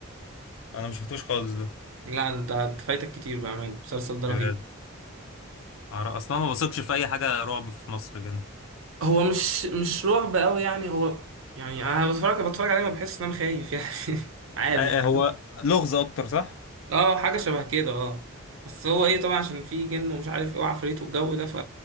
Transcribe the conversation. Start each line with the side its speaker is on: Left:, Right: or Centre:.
Left: انا ما شفتوش خالص ده؟
Right: لا أنت أنت فايتك كتير بأمانة المسلسل ده
Left: بجد
Right: رهيب
Left: عر- اصلا ما بثقش في اي حاجه رعب في مصر كده
Right: هو مش مش رعب قوي يعني هو يعني أنا بتفرج بتفرج عليه ما بحس إن أنا خايف يعني <laughs> عادي
Left: آه، هو لغز اكتر صح؟
Right: اه حاجة شبه كده اه بس هو ايه طبعا عشان في جن ومش عارف ايه وعفاريت والجو ده ف